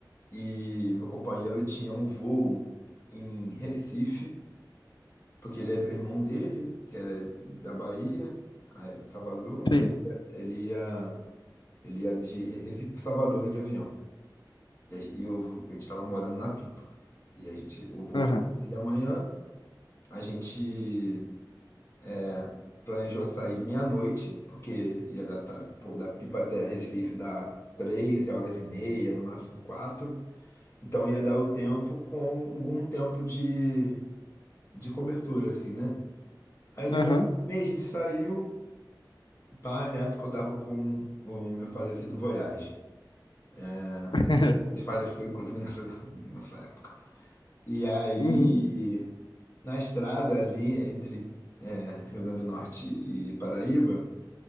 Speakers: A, on the left (about 35°); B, on the left (about 75°).
A: e meu companheiro tinha um voo em Recife porque ele é o irmão dele, que é da Bahia, aí de Salvador,
B: Sim.
A: aí ele ia, ele ia de Recife para Salvador de avião. E a gen- e eu, a gente estava morando na Pipa. E a gente, o voo
B: Aham,
A: era seis da manhã, a gente é, planejou sair meia-noite, porque ia dar, tá, pô, da Pipa até Recife dá três horas e meia, no máximo quatro. Então ia dar o tempo com algum tempo de, de cobertura, assim, né? Aí deu
B: aham.
A: 11h30, a gente saiu. Pai, na época eu estava com o meu falecido Voyage, né?
B: <laughs>
A: Que ele faleceu, inclusive, nessa, <laughs> nessa época. E aí,
B: Uhum.
A: na estrada ali, entre é, Rio Grande do Norte e Paraíba,